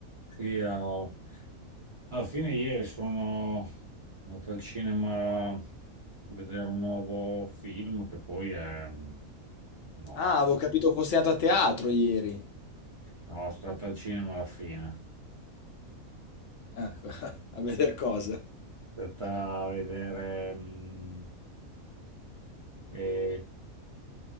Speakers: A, on the right (about 40°); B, on the left (about 65°).
A: Sì, ho- alla fine ieri sono andato al cinema a vedere un nuovo film che poi è... No,
B: Ah,
A: no,
B: avevo capito fosse andato a teatro ieri.
A: sono stato al cinema alla fine.
B: Ah, <laughs> a veder cosa.
A: Sono andato a vedere... mm, eh,